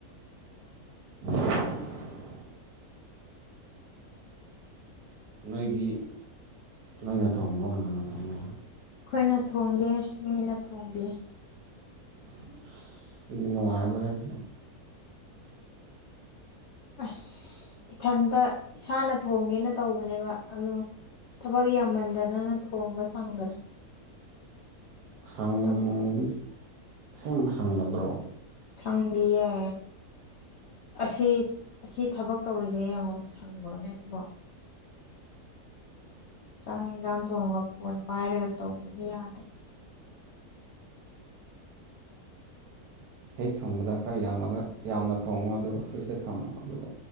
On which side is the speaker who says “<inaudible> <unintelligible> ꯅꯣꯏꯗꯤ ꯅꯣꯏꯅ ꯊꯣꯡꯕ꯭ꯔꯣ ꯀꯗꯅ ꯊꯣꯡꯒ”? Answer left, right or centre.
Right